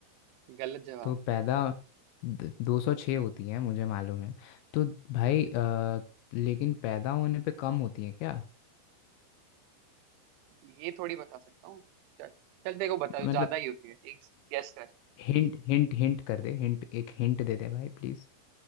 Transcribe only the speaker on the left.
तो पैदा दो सौ छः होती है मुझे मालूम है तो भाई
अ,
लेकिन पैदा होने पे कम होती है क्या
मतलब
हिंट हिंट हिंट कर दे हिंट एक हिंट दे दे भाई प्लीज